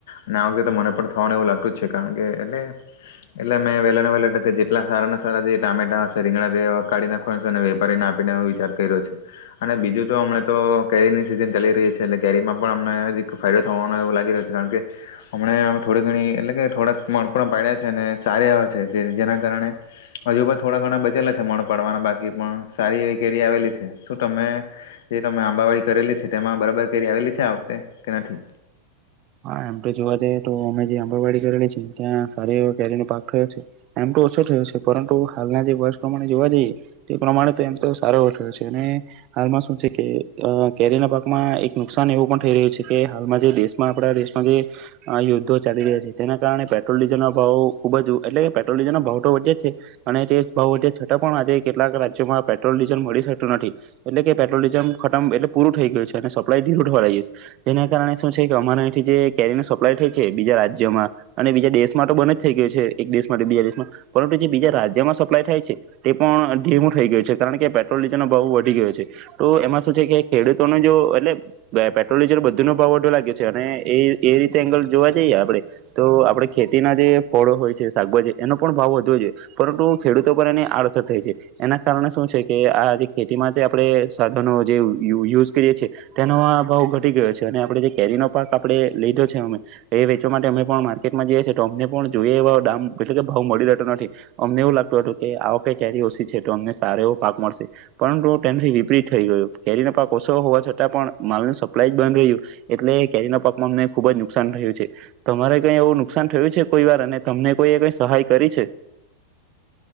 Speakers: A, on the left; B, on the right.
A: અને આ વગતે તો મને પણ થવાનું એવું લાગતું જ છે, કારણ કે એટલે-એટલે મેં વહેલાના વહેલા ટકે જેટલા સારાના સારા જે ટામેટા હશે રીંગણા બે કાઢીને ફણ તો વેપારીને આપીને વિચાર કર્યો છે. અને બીજું તો હમણા તો કેરીની સિઝન ચાલી રહી છે એટલે કેરીમાં પણ અમને હજી એક ફાયદો થવાનો એવો લાગી રહ્યો છે કારણ કે હમણે થોડી ઘણી એટલે કે થોડાક મણ પણ પાડ્યા છે, અને સારી આવે છે, જેના કારણે હજુ પણ થોડા ઘણા બચેલા છે, મણ પાડવાના બા કી પણ સારી એવી કેરી આવેલી છે. શું તમે જે તમે આંબાવાડી કરેલી છે, તેમાં બરાબર કેરી આવેલી છે આ વખતે, કે નથી?
B: હા, એમ તો જોવા જઈએ તો અમે જે આંબણવાડી કરેલી છે, ત્યાં સારી એ કેરીનો પાક થયો છે. એમ તો ઓછો થયો છે, પરંતુ હાલના જે વર્ષ પ્રમાણે જોવા જઈએ તે પ્રમાણે તો એમ તો સારો એવો થયો છે. અને હાલમાં શું છે, કે અહ કેરીના પાકમાં એક નુકસાન એવું પણ થઈ રહ્યું છે, કે હાલમાં જે દેશ માં આપણા દેશમાં જે યોદ્ધો ચાલી રહ્યા છે. તેના કારણે પેટ્રોલ ડીઝલનો ભાવ ખુબ જ એટલે કે પેટ્રોલ ડીઝલનો ભાવ તો વધે જ છે અને તે ભાવ વધ્યા છતાં પણ આજે કેટલાક રાજ્યોમાં પેટ્રોલ ડીઝલ મળી શકતું નથી. એટલે કે પેટ્રોલ ડીઝલ ખતમ એટલે પૂરું થઈ ગયું છે અને સપ્લાય ટવાળઈ ગઈ, જેના કારણે શું છે કે અમારા અઈ થી જે કેરીનો સપ્લાય થાય છે, બીજા રાજ્યમાં અને બીજા દેશમાં તો બને જ થઈ ગયું છે, એક દેશ માટે બીજા દેશમાં. પરંતુ જે બીજા રાજ્યમાં સપ્લાય થાય છે તે પણ ધીમું થઈ ગયું છે કારણ કે પેટ્રોલ ડીઝલનો ભાવ વધી ગયો છે. તો એમાં શું છે, કે ખેડૂતોને જો એટલે પે પેટ્રોલ ડીઝલ બધું નો ભાવ વધ્યો લાગ એ એ રીતે એંગલ જોવા જઈએ આપણે તો આપણે ખેતીના જે ફળો હોય છે શાકભાજી એનો પણ ભાવ વધવો જોઈએ પરંતુ ખેડૂતો પર એની આડઅસર થઈ છે, એના કારણે શું છે, કે આ જે ખેતીમાં આપણે સાધનો જે યૂ યૂ યુઝ કરીએ છેએ તેનો આ ભાવ ઘટી ગયો છે. અને આપણે જે કેરીનો પાક આપે લીધો છે, અમે એ વેચવા માટે અમે પણ માર્કેટમાં જઈએ છીએ તો અમને પણ જોઈએ એવા દામ એટલે કે ભાવ મળી રહેતો નથી અમને એવું લાગતું હતું કે આ વખઈ કેરી ઓછી છે, તો અમને સારો એવો પાક મળશે પરંતુ તેનથી વિપરીત થઈ ગયું કેરીનો પાક ઓછો હોવા છતાં પણ માલ ન સપ્લાય જ બંધ રહ્યું. એટલે કેરીના પાકમાં અમને ખુબ જ નુકસાન થયું છે. તમારે કઈ એવું નુકસાન થયું છે કોઈ વાર અને તમને કોઈ એ કઈ સહાય કરી છે.